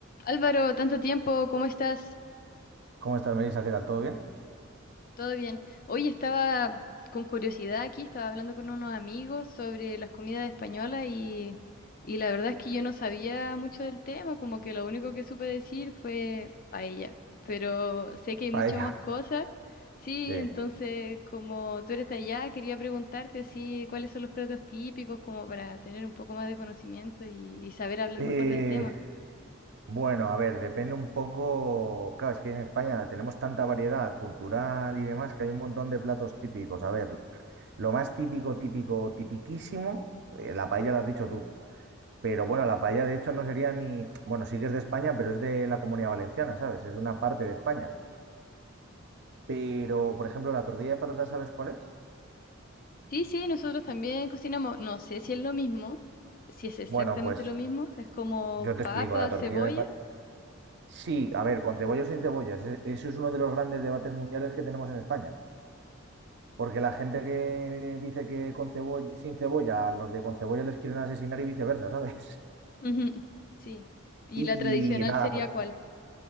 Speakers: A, on the left (about 45°); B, on the right (about 55°).
A: Álvaro, tanto tiempo, ¿cómo estás?
B: ¿Cómo estás, Melissa? ¿Qué tal? ¿Todo bien?
A: ¿Todo bien? Hoy estaba con curiosidad aquí, estaba hablando con unos amigos sobre las comidas españolas y, y la verdad es que yo no sabía mucho del tema, como que lo único que supe decir fue paella, pero sé que hay muchas
B: Paella.
A: más cosas,
B: <laughs>
A: sí,
B: Sí.
A: entonces como tú eres de allá, quería preguntarte así cuáles son los platos típicos como para tener un poco más de conocimiento y y saber hablar
B: Y
A: mejor del tema.
B: bueno, a ver, depende un poco. Claro, es que en España tenemos tanta variedad cultural y demás que hay un montón de platos típicos. A ver, lo más típico, típico, tipiquísimo, eh, la paella la has dicho tú. Pero bueno, la paella de hecho no sería ni. Bueno, sí que es de España, pero es de la Comunidad Valenciana, ¿sabes? Es de una parte de España. Pero, por ejemplo, la tortilla de patatas, ¿sabes cuál es?
A: Sí, sí, nosotros también cocinamos, no sé si es lo mismo, si es exactamente
B: Bueno, pues
A: lo mismo, es como
B: yo te
A: papa,
B: explico. La tortilla
A: cebolla.
B: de, pa- Sí, a ver, con cebolla o sin cebollas. e- Eso es uno de los grandes debates mundiales que tenemos en España. Porque la gente que dice que con cebolla, sin cebolla, a los de con cebolla les quieren asesinar y viceversa, <laughs> ¿sabes?
A: Ujú, Sí. ¿Y
B: Y,
A: la tradicional
B: y nada,
A: sería
B: pues,
A: cuál?